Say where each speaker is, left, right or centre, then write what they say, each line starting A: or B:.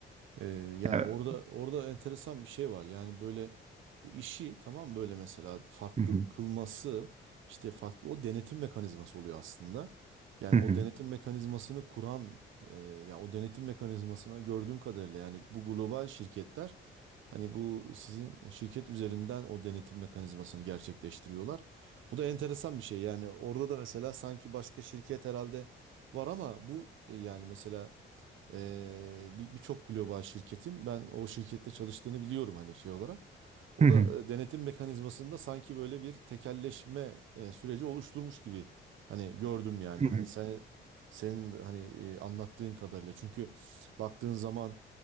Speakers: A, on the right; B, on the right.
A: Ee, yani
B: Evet.
A: orada orada enteresan bir şey var. Yani böyle bu işi tamam böyle mesela farklı
B: Hı hı.
A: kılması işte farklı o denetim mekanizması oluyor aslında. Yani
B: Hı
A: o
B: hı.
A: denetim mekanizmasını kuran e, ya o denetim mekanizmasına gördüğüm kadarıyla yani bu global şirketler hani bu sizin şirket üzerinden o denetim mekanizmasını gerçekleştiriyorlar. Bu da enteresan bir şey. Yani orada da mesela sanki başka şirket herhalde var ama bu e, yani mesela ee, bir- birçok global şirketin ben o şirkette çalıştığını biliyorum hani şey olarak. O
B: Hı
A: da
B: hı.
A: e, denetim mekanizmasında sanki böyle bir tekelleşme e, süreci oluşturmuş gibi hani gördüm yani
B: Hı
A: hani
B: hı.
A: sen senin hani e, anlattığın kadarıyla çünkü baktığın zaman